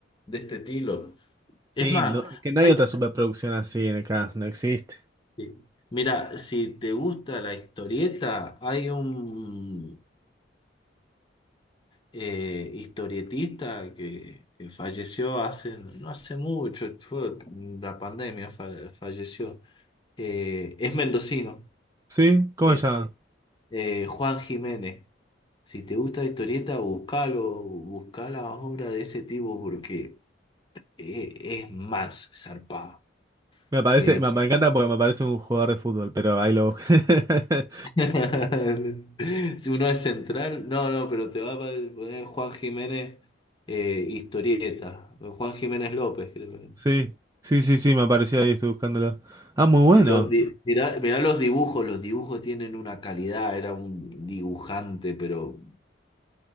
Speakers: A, on the left (about 25°); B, on the right (about 20°).
A: de este estilo.
B: sí,
A: Es más,
B: lo- que no
A: hay...
B: hay otra superproducción así en acá, no existe.
A: sí. Mira, si te gusta la historieta, hay un eh, historietista que, que falleció hace, no hace mucho, fue la pandemia fa- falleció. Eh, es mendocino,
B: Sí, ¿cómo
A: era,
B: se llama?
A: eh, Juan Jiménez. Si te gusta la historieta, buscalo, busca la obra de ese tipo porque e- es, más zarpado.
B: Me parece,
A: Es-
B: me, me encanta porque me parece un jugador de fútbol, pero ahí lo busqué. <laughs>
A: <laughs> Si uno es central, no, no, pero te va a poner Juan Jiménez eh, historieta, eh, Juan Jiménez López, creo. que.
B: Sí, sí, sí, sí, me apareció ahí, estoy buscándolo. Ah, muy bueno.
A: Y los di- mirá, mirá los dibujos, los dibujos tienen una calidad, era un dibujante, pero